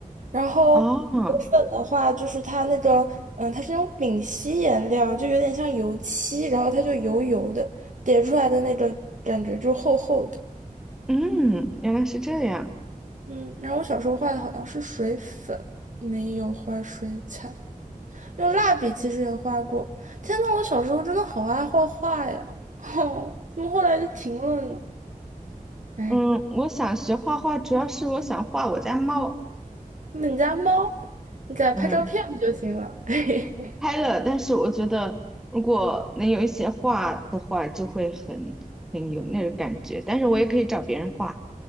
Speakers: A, on the right; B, in the centre.
A: 然后水粉的话，
B: 哦，
A: 就是它那个，嗯，它是那种丙烯颜料，就有点像油漆，然后它就油油的，叠出来的那个感觉就厚厚的。
B: 嗯，原来是这样，
A: 嗯，然后我小时候画的好像是水粉，没有画水彩。用蜡笔其实也画过。天呐，我小时候真的好爱画画呀！<laughs> 哦，怎么后来就停了呢？哎，
B: 嗯，我想学画画，主要是我想画我家猫
A: 那你家猫，你给它拍照片不就行了？
B: 嗯
A: <laughs>
B: 拍了，但是我觉得如果能有一些画的话，就会很很有那个感觉，但是我也可以找别人画，